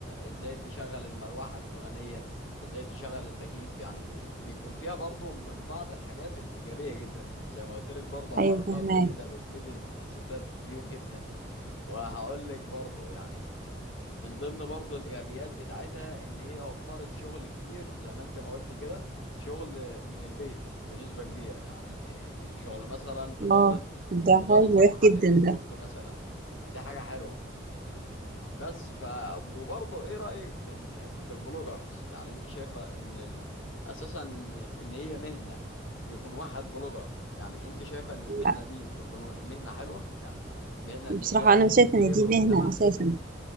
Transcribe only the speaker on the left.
ازاي تشغل المروحة الفلانية ازاي تشغل التكييف يعني بيكون فيها برضو من بعض الحاجات الإيجابية جدا زي ما قلت لك برضو حوار
الطبخ
دي ده بتفيد الستات كتير جدا وهقول لك برضو يعني من ضمن برضو الإيجابيات بتاعتها إن هي وفرت شغل كتير زي ما أنت ما قلت كده شغل من البيت بنسبة كبيرة يعني شغل مثلا إدارة
إدارة
صفحات
الفيسبوك
مثلا دي حاجة حلوة بس ف وبرضه ايه رأيك في ال... في البلوجرز يعني انت شايفة ان ال... اساسا ان ان هي مهنة يكون واحد بلوجر يعني انت شايفة ان المهنة
دي بتكون مهنة حلوة يعني مهنة ان
هي
قريبة
من المجتمع